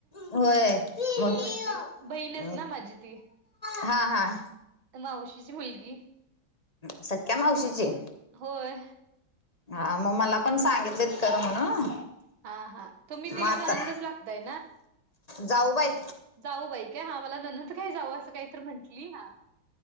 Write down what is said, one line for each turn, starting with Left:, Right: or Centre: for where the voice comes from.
Left: होय मग
Right: बोलली, बहीणच ना माझी ती.
Left: हा.. हा.
Right: मावशीची, मुलगी.
Left: सख्या मावशीची?
Right: होय
Left: हा, मग मला पण
Right: सख्या
Left: सांगितलेत
Right: मावशीची
Left: कर म्हणून,
Right: हा हा तुम्ही
Left: मग
Right: तिला
Left: आता
Right: ननंदच लागताय
Left: जाऊ बाई?
Right: जाऊ बाई काय? हा मला नणंद का जाऊ असं असं काहीतर म्हंटली, हा.